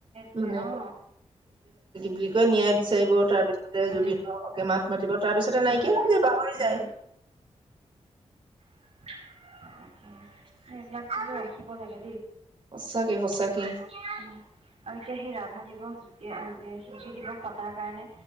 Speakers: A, on the right; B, on the right.
A: সেইটয়ে
B: মানে
A: অ।
B: বুলি কয় নিয়ায় বিচাৰিব তাৰ পিছতে
A: উম,
B: জুবিনৰ হকে মাত। মাতিব তাৰ পিছতে নাইকিয়া
A: উম,
B: দ পাহৰি
A: উম,
B: যায়।
A: অ <unintelligible> এইবিলাক দিলো ৰাখিব লাগে।
B: সঁচাকে সঁচাকে
A: উহু উ আৰু এতিয়া সেই ৰাভা দিৱস। শিশু দিৱস পতাৰ কাৰণে